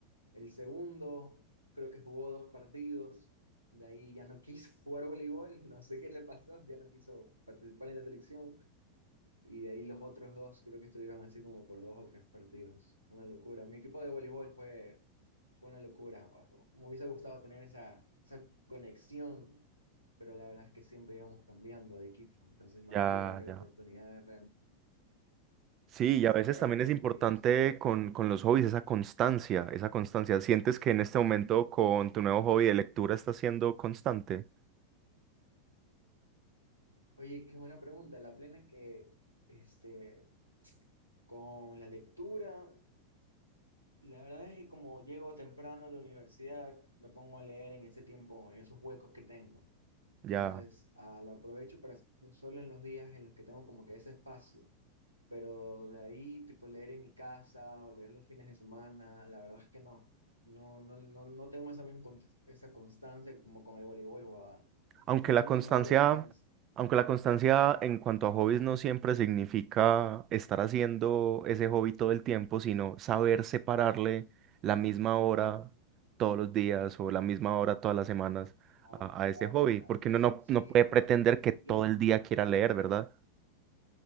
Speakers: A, on the right; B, on the right.
A: El segundo creo que jugó dos partidos, de ahí ya no <laughs> quiso jugar voleibol, no sé qué le pasó, ya no quiso participar en la selección. Y de ahí los otros dos creo que estuvieron así como por dos o tres partidos. Una locura. Mi equipo de voleibol fue, fue una locura. Me hubiese gustado tener esa, esa conexión, pero la verdad es que siempre íbamos cambiando de equipo. Entonces no
B: Ya,
A: tuve como que la
B: ya.
A: oportunidad de real-
B: Sí,
A: acercarme
B: y a veces también es
A: con
B: importante
A: ellos.
B: con, con los hobbies esa constancia, esa constancia. ¿Sientes que en este momento con tu nuevo hobby de lectura estás siendo constante?
A: Oye, qué buena pregunta. La plena que este, con la lectura, la verdad es que como llego temprano a la universidad, me pongo a leer en ese tiempo, en esos huecos que tengo.
B: Ya.
A: Entonces, ah, lo aprovecho para hacerlo solo en los días en los que tengo como que ese espacio. Pero de ahí, tipo leer en mi casa o leer los fines de semana, la verdad es que no. No, no, no, no tengo esa misma con- esa constancia como con el voleibol, huevada.
B: Aunque
A: De lunes
B: la constancia,
A: a viernes.
B: aunque la constancia en cuanto a hobbies no siempre significa estar haciendo ese hobby todo el tiempo, sino saber separarle la misma hora todos los días o la misma hora todas las semanas
A: Ah,
B: a,
A: claro,
B: a ese hobby,
A: claro.
B: porque uno no,
A: Sí,
B: no puede
A: la,
B: pretender
A: la disciplina.
B: que todo el día quiera leer, ¿verdad?